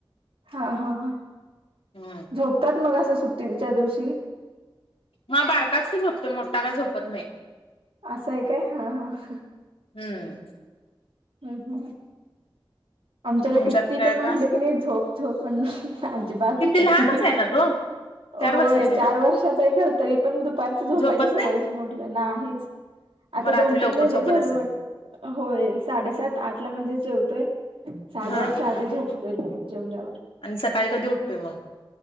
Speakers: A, on the right (about 80°); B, on the left (about 85°).
A: हा, हा, हा,
B: हम्म
A: झोपतात मग असं सुट्टीच्या दिवशी
B: हा बारकाच की झोपतोय, मोठा का झोपत नाही.
A: असं आहे काय. हा हा
B: हम्म
A: <unintelligible> आमच्याला
B: तुमच्यात
A: किती
B: काय
A: पण
B: आता
A: म्हटलं की नाही. झोप, झोप म्हणून अजिबात
B: किती
A: झोपत
B: लहानच
A: नाही.
B: आहे ना तो चार
A: होय
B: वर्षाचा आहे
A: चार
B: ना
A: वर्षाचं आहे. खरं तरी पण दुपारच झोपायची
B: झोपत
A: सवयच
B: नाही
A: मोडल्या नाहीच. आता
B: मग रात्री
A: दोन -तीन
B: लवकर
A: महिने
B: झोपत
A: झाल
B: असेल
A: वाटतं. होय साडेसात आठला म्हणजे जेवतोय. साडेआठच्या
B: हा
A: आधी झोपते. जेवल्यावर,
B: आणि सकाळी कधी उठतोय मग